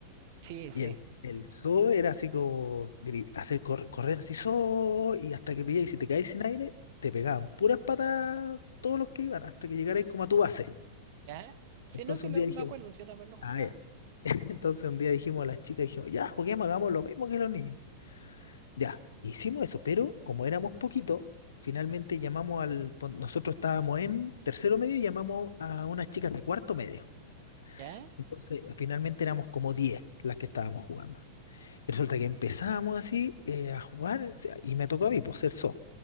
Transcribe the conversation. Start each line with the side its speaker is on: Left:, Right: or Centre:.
Right: Sí, sí,
Left: Y el, el zoo era así como gri- hacer cor- correr así, zoo, y hasta que pilláis, y si te caes sin aire, te pegaban puras patas todos los que iban, hasta que llegarais como a tu base.
Right: ya. Sí,
Left: Entonces
Right: no, sí,
Left: un
Right: lo,
Left: día
Right: me
Left: dijimos,
Right: acuerdo, sí, yo también lo jugaba.
Left: ah, ya. <laughs> Entonces un día dijimos a las chicas, dijimos, ya, juguemos, hagamos lo mismo que los niños. Ya, hicimos eso, pero como éramos poquito, finalmente llamamos al... pon- Nosotros estábamos en tercero medio y llamamos a unas chicas de cuarto medio.
Right: Ya,
Left: Entonces, finalmente éramos como 10 las que estábamos jugando. Y resulta que empezamos así eh, a jugar o sea, y me tocó a mí, por ser so.